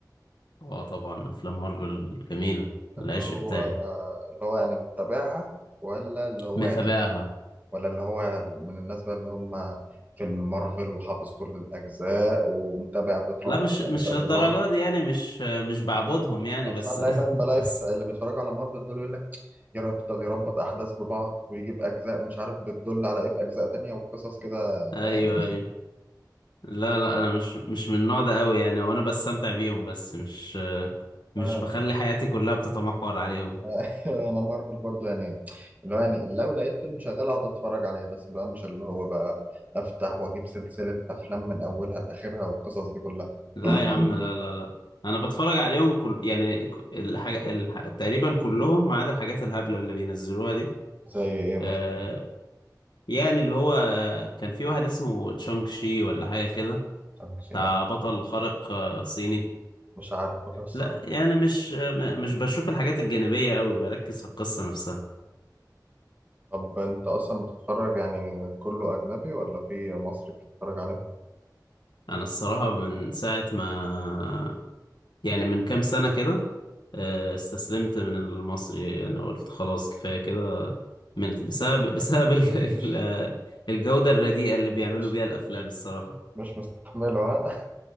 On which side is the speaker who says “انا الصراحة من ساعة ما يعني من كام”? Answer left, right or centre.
Left